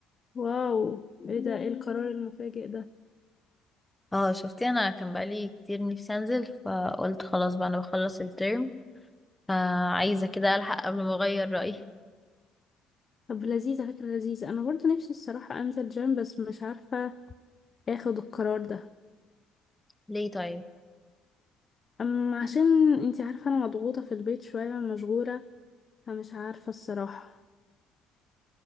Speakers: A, on the left; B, in the centre.
A: واو ايه ده ايه القرار المفاجئ ده
B: اه شفتي انا كان بقالي كتير نفسي انزل فقلت خلاص بقى انا بخلص الترم فعايزه كده الحق قبل ما اغير رايي
A: طب لذيذة فكرة لذيذة انا برضو نفسي الصراحة انزل جيم بس مش عارفة اخد القرار ده
B: ليه طيب
A: اما عشان انتي عارفة انا مضغوطة في البيت شوية مشغولة فمش عارفة الصراحة